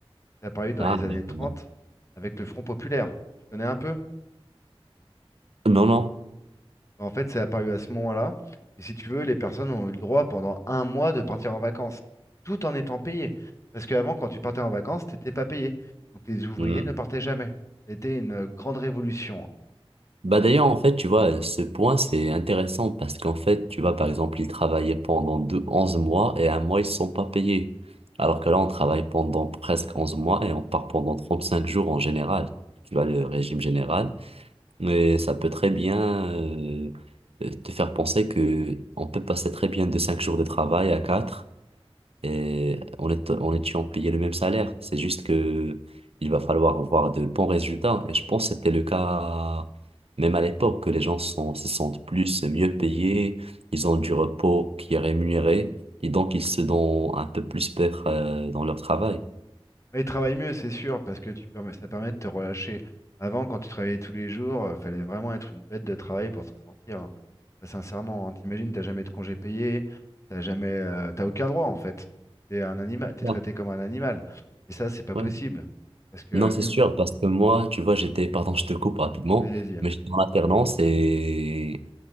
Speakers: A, on the left; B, on the right.
A: C'est apparu dans
B: Ah,
A: les années
B: d'accord.
A: 30 avec le Front populaire. Tu connais un peu?
B: Non, non.
A: En fait, c'est apparu à ce moment-là. Et si tu veux, les personnes ont eu le droit pendant un mois de partir en vacances, tout en étant payées. Parce qu'avant, quand tu partais en vacances, t'étais pas payé. Donc les ouvriers
B: Hmm.
A: ne partaient jamais. C'était une grande révolution. hein.
B: Bah d'ailleurs, en fait, tu vois, ce point, c'est intéressant parce qu'en fait, tu vois, par exemple, ils travaillaient pendant deux, 11 mois et un mois, ils ne sont pas payés. Alors que là, on travaille pendant presque 11 mois et on part pendant 35 jours en général. Tu vois, le régime général. Mais ça peut très bien euh, te faire penser que on peut passer très bien de 5 jours de travail à 4 et en étant, en étant payé le même salaire. C'est juste que il va falloir voir de bons résultats. Et je pense que c'était le cas même à l'époque, que les gens sont, se sentent plus mieux payés, ils ont du repos qui est rémunéré, et donc ils se donnent un peu plus peur euh, dans leur travail.
A: Et Ils travaillent mieux, c'est sûr, parce que tu permets- ça permet de te relâcher. Avant, quand tu travaillais tous les jours, il fallait vraiment être une bête de travail pour s'en sortir. hein. Bah, sincèrement, hein, t'imagines, t'as jamais de congé payé, t'as jamais, euh, t'as aucun droit en fait. T'es un animal, t'es
B: Ouais.
A: traité comme un animal. Et ça, c'est pas
B: Ouais.
A: possible. Parce que
B: Non, c'est
A: hu-
B: sûr, parce que moi, tu vois, j'étais, pardon, <laughs> je te coupe rapidement,
A: Vas-y, hein.
B: mais j'étais en alternance et